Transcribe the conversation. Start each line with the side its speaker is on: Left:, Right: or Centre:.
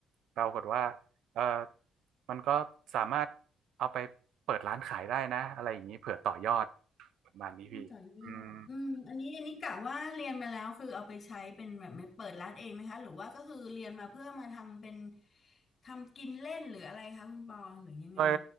Right: ปรากฏว่าเออมันก็สามารถเอาไปเปิดร้านขายได้นะอะไรอย่างนี้เผื่อต่อยอดประมาณนี้พี่อืม
Left: ลูกไก่ย่าอดอืมอันนี้อันนี้กะว่าเรียนมาแล้วคือเอาไปใช้เป็นแบบไม่เปิดร้านเองไหมคะหรือว่าก็คือเรียนมาเพื่อมาทำเป็นทำกินเล่นหรืออะไรคะคุณปอหรือยังไง
Right: โดย